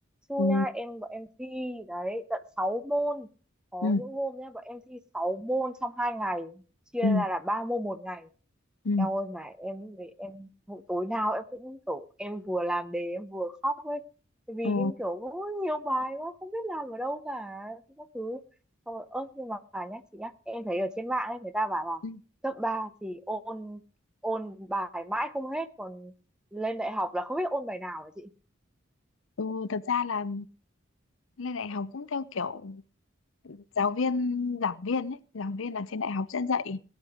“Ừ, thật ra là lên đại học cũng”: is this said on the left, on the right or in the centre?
Left